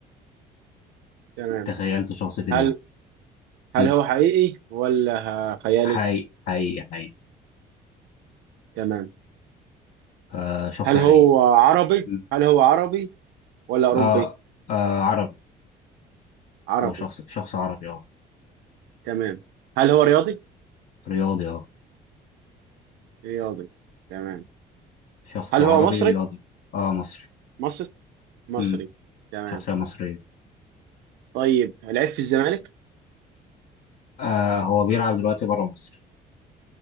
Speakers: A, on the right (about 85°); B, on the left (about 65°).
A: تمام
B: تخيلت شخص في
A: هل
B: دماغي
A: هل
B: مم.
A: هو حقيقي ولا خيالي
B: حقيقي حقيقي حقيقي
A: تمام
B: آه شخص
A: هل
B: حقيقي
A: هو عربي
B: مم.
A: هل هو عربي ولا اوروبي
B: آه آه عربي
A: عربي
B: هو شخص شخص عربي اه
A: تمام هل هو رياضي
B: رياضي اه
A: رياضي تمام
B: شخص
A: هل
B: عربي
A: هو مصري
B: رياضي اه مصري
A: مصري مصري
B: مم.
A: تمام
B: شخصية مصرية
A: طيب لعب في الزمالك
B: آه هو بيلعب دلوقتي بره مصر